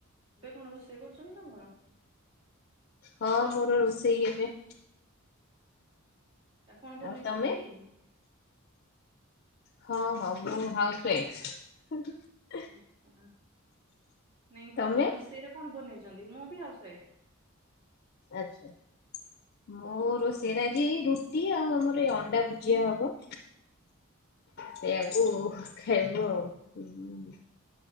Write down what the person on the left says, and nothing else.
ହଁ ମୋର ରୋଷେଇ ଏବେ
ଆଉ ତମେ? ହଁ ହଁ ମୁଁ ହାଉସ୍ ୱାଇଫ୍।
ତମେ?
ଆଛା। ମୁଁ ରୋଷେଇରେ ଆଜି ରୁଟି ଆଉ ଆମର ଏଇ ଅଣ୍ଡା ଭୁଜିଆ ହବ।
ସେଆକୁ ଖାଇବୁ ଆଉ ହୁଁ।